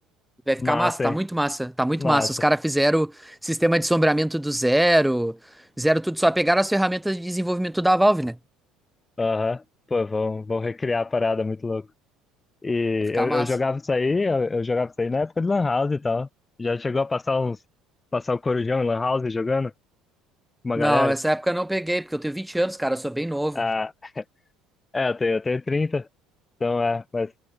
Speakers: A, in the centre; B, on the left.
A: Vai ficar
B: Massa,
A: massa, tá
B: hein?
A: muito massa, tá muito
B: Massa.
A: massa. Os caras fizeram sistema de sombreamento do zero, fizeram tudo, só pegaram as ferramentas de desenvolvimento da Valve, né?
B: Aham. Pô, vão, vão recriar a parada, muito louco. E
A: Vai ficar
B: eu,
A: massa.
B: eu jogava isso aí, eu, eu jogava isso aí na época de Lan House e tal. Já chegou a passar uns. Passar o Corujão em Lan House jogando? com Uma
A: Não,
B: galera?
A: essa época eu não peguei, porque eu tenho vinte anos, cara, eu sou bem novo.
B: Ah, é, eu tenho, eu tenho 30, então é, mas